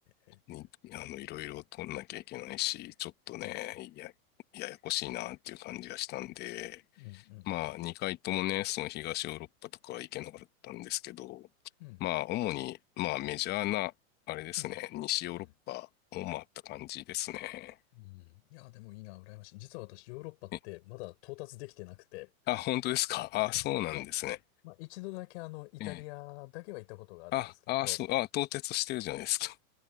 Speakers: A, on the left; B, on the left.
A: ええ、ええ
B: に、あの、いろいろ取んなきゃいけないし、ちょっとね、
A: うん、
B: や、ややこしいなっていう感じがしたんで、
A: うん、うん、
B: まあ、
A: うん、
B: 2回ともね、その東ヨーロッパとかは行けなかったんですけど、
A: うん、
B: まあ、主に、まあ、メジャーな、あれですね、
A: うん、
B: 西ヨーロッパを回った感じですね。
A: うん。うんいや、でもいいな、羨ましい。実は私、ヨーロッパってまだ到達できてなくて、
B: えあ、本当ですかあ、
A: <laughs>
B: そうなんですね。
A: まあ、まあ、一度だけあの、イタリアだけは行ったことがあるんですけど、
B: ええ。あ、あ、そう、あ、到達してるじゃないですか。